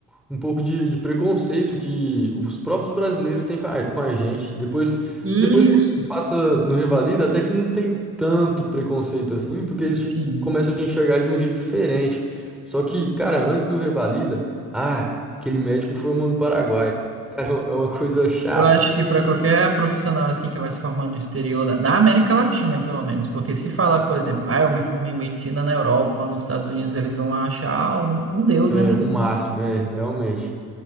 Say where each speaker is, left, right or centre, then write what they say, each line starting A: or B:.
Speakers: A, in the centre; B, on the right.
A: um pouco de, de preconceito que os próprios brasileiros têm com a, com a gente. Depois,
B: Isso,
A: depois que você passa no Revalida, até que não tem tanto preconceito assim, porque eles te,
B: sim.
A: começam a te enxergar de um jeito diferente. Só que, cara, antes do Revalida, ah, aquele médico formou no Paraguai. Cara, é uma coisa chata.
B: Eu acho que para qualquer profissional assim que vai se formar no exterior, na na América Latina, pelo menos, porque se falar, por exemplo, ah, eu me formei em medicina na Europa, nos Estados Unidos, eles vão achar ah, um, um deus,
A: É,
B: né?
A: um máximo, é, realmente.